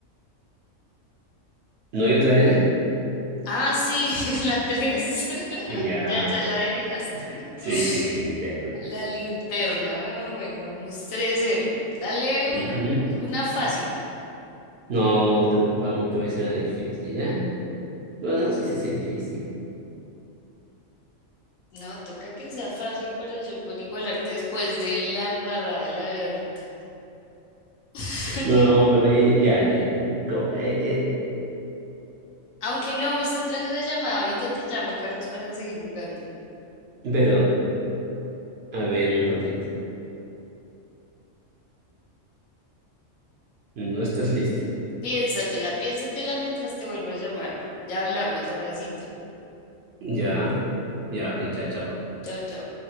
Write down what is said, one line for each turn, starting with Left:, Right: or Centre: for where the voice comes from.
Right: ¿No hay otra N?
Left: Ah, sí, <laughs> en la 3. <laughs>
Right: Ya,
Left: Ya, ya la adivinaste. <laughs>
Right: sí, sí, linterna.
Left: La linterna. Bueno, bueno, vamos tres cero. Dale un
Right: Ujú.
Left: r- una fácil.
Right: No, te, vamos, te voy a hacer una difícil, ¿ya? Bueno, no sé si sea difícil.
Left: No, toca que sea fácil para yo poder igualarte después de la embarrada de la de ahorita. <laughs>
Right: No, pero ahí- ya, eh, co- eh, eh,
Left: Aunque no, me está entrando la llamada. Ahorita te llamo, Carlos, para seguir jugando.
Right: pero a ver un ratito. No estás lista.
Left: Piénsatela, piénsatela mientras te vuelvo a llamar. Ya hablamos, abracito.
Right: Ya, ya, ok, chao, chao.
Left: Chao, chao.